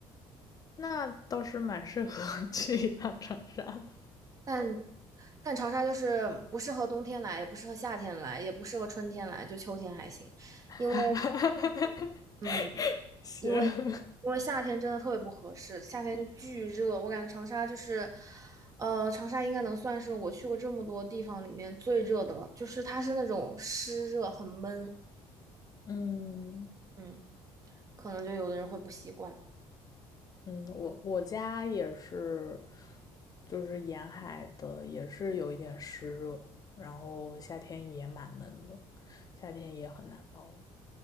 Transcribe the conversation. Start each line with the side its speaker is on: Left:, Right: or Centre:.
Left: 那倒是蛮适合 <laughs> 去一趟长沙的。
Right: 但但长沙就是不适合冬天来，也不适合夏天来，也不适合春天来，就秋天还行，
Left: <laughs>
Right: 因为嗯。
Left: 行，
Right: 因为因为夏天真的特别不合适，夏天就巨热，我感觉长沙就是，呃，长沙应该能算是我去过这么多地方里面最热的了，就是它是那种湿热，很闷，
Left: <laughs> 嗯
Right: 嗯，可能就有的人会不习惯，
Left: 嗯，我我家也是，就是沿海的也是有一点湿热，然后夏天也蛮闷的，夏天也很难熬。